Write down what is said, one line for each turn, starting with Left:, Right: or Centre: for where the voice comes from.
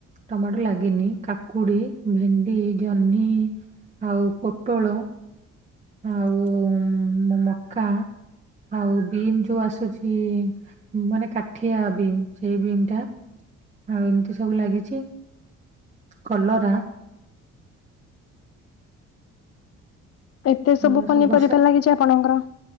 Right: ଟମାଟୋ ଲାଗିନି। କାକୁଡି, ଭେଣ୍ଡି, ଜହ୍ନି ଆଉ, ପୋଟଳ ଆଉ, ମକା ଆଉ ବିମ୍ ଯୋଉ ଆସୁଛି ମାନେ, କାଠିଆ ବିମ୍ ସେଇ ବିମ୍ ଟା, ଆଉ ଏମିତି ସବୁ ଲାଗିଛି। କଲରା।
Left: ଏତେ ସବୁ
Right: ଆମର
Left: ପନିପରିବା
Right: ବର୍ଷା
Left: ଲାଗିଛି ଆପଣଙ୍କର?